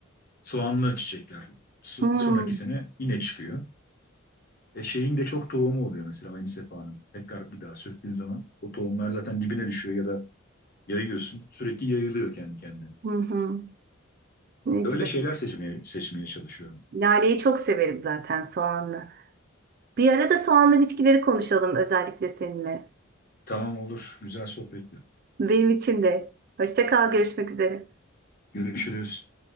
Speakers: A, on the left; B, on the right.
A: Soğanlı çiçekler so-
B: Hmm,
A: sonraki sene yine çıkıyor. E şeyin de çok tohumu oluyor mesela aynı sefanın. Tekrar bir daha söktüğün zaman o tohumlar zaten dibine düşüyor ya da yayıyorsun. Sürekli yayılıyor kendi kendine.
B: Hı hı. Ne
A: Öyle
B: güzel.
A: şeyler seçmeye, seçmeye çalışıyorum.
B: Laleyi çok severim zaten soğanlı. Bir ara da soğanlı bitkileri konuşalım özellikle seninle.
A: Tamam olur. Güzel sohbetti.
B: Benim için de. Hoşça kal, görüşmek üzere.
A: Görüşürüz.